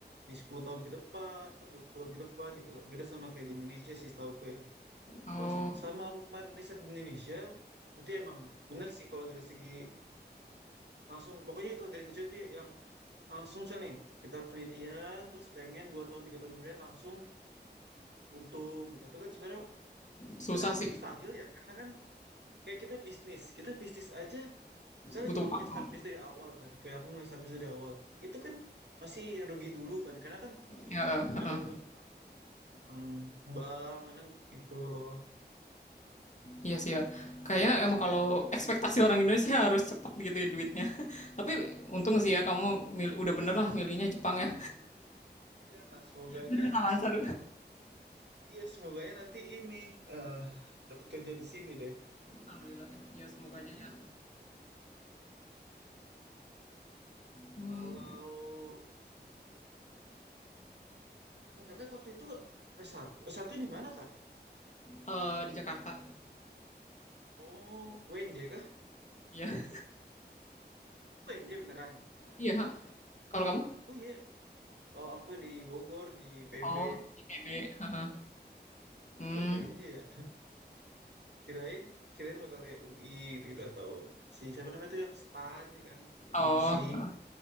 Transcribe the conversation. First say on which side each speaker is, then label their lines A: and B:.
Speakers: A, on the right; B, on the left.
A: di 10 tahun ke depan, 20 tahun ke depan gitu loh. Beda sama kayak di Indonesia sih setahuku ya.
B: oh
A: Kalau se- sama aku kemarin riset di Indonesia, itu emang bener sih kalau dari segi langsung. Pokoknya kalau dari Indonesia itu yang langsung misalnya nih, kita penelitian, terus pengen 2 tahun, 3 tahun kemudian langsung untung gitu. Itu kan sebenarnya
B: susah
A: agak-agak
B: sih
A: mustahil ya. Karena kan kayak kita bisnis, kita bisnis aja misalnya
B: butuh
A: kita
B: waktu
A: mulai start base dari awal kan kayak aku mulai start base dari awal itu kan masih rugi dulu kan karena kan
B: ya eh,
A: ada
B: eh.
A: ngutang utang bank kan gitu loh
B: iya sih ya kayaknya emang kalau ekspektasi orang Indonesia harus cepat gitu ya duitnya <laughs> tapi untung
A: iya
B: sih ya kamu mil- udah bener lah milihnya Jepang ya
A: iya. semoga aja
B: Jadi bisa lancar.
A: iya semoga aja nanti ini eh dapat kerja di sini deh
B: Alhamdulillah. Eh, ya semoga aja ya. Hmm,
A: kalau <clears throat> eh, kakak waktu itu s satu S1 di mana kak
B: eh, di Jakarta.
A: oh UNJ kah
B: Iya. <laughs>
A: oh UNJ beneran
B: Iya. Kalau kamu?
A: oh iya oh aku di Bogor di PB
B: Oh, IPB. Heeh. Hmm.
A: oh UNJ ya kirain kirain bakal kayak UI gitu gitu atau si siapa namanya tuh yang stan ya kan akuntansi
B: Oh.